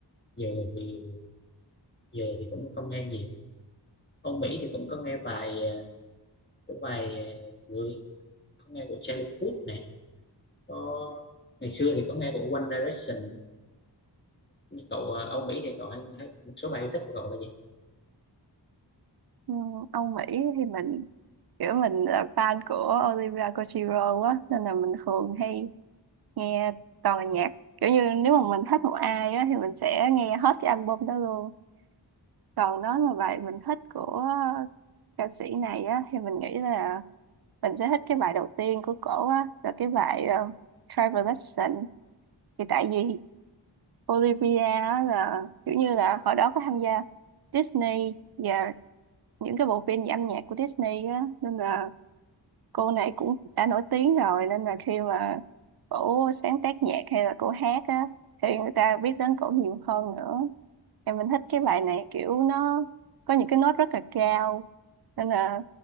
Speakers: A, on the left (about 25°); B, on the right (about 60°).
A: giờ thì giờ thì cũng không nghe nhiều Âu Mỹ thì cũng có nghe vài à, của vài à, người có nghe của Charlie Puth này có ngày xưa thì có nghe của One Direction Nhưng cậu à, Âu Mỹ thì cậu hay, hay một số bài yêu thích của cậu là gì
B: Ừ, Ông Mỹ thì mình kiểu mình là fan của Olivia Rodrigo á nên là mình thường hay nghe toàn là nhạc kiểu như nếu mà mình thích một ai á thì mình sẽ nghe hết cái album đó luôn còn nói mà bài mình thích của ca sĩ này á thì mình nghĩ là mình sẽ thích cái bài đầu tiên của cổ á là cái bài uh, Travel Lesson thì tại vì Olivia á là kiểu như là hồi đó có tham gia Disney và những cái bộ phim về âm nhạc của Disney á nên là cô này cũng đã nổi tiếng rồi nên là khi mà cổ sáng tác nhạc hay là cổ hát á thì người ta biết đến cổ nhiều hơn nữa em mình thích cái bài này kiểu nó có những cái nốt rất là cao nên là